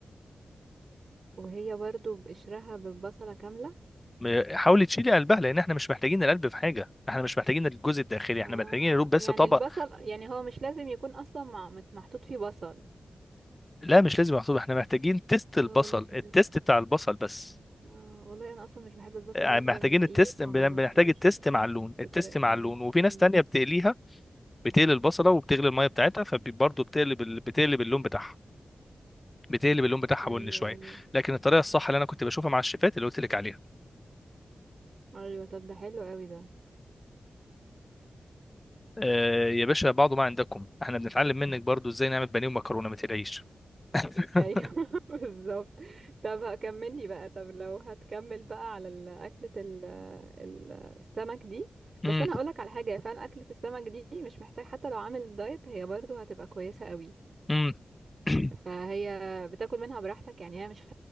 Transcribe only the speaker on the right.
وهي برضو بقشرها بالبصلة كاملة
اه
يعني
البصل يعني هو مش لازم يكون اصلا مع... مت- محطوط فيه بصل
اه والله
ده-
اه والله انا اصلا مش بحب البصل
بفضل
انقيه
وما
باكلوش
ف-
بطريقة
حلوة
امم
ايوه
ايوه
ايوه طب ده حلو قوي ده
<laughs>
ايوه <laughs> بالظبط طب هكملي بقى طب لو هتكمل بقى على ال- اكلة ال- ال- السمك دي بس
انا هقولك على حاجة هي فعلا اكلة السمك دي مش محتاج حتى لو عامل دايت هي برضو هتبقى كويسة قوي
فهي بتاكل منها براحتك يعني هي مش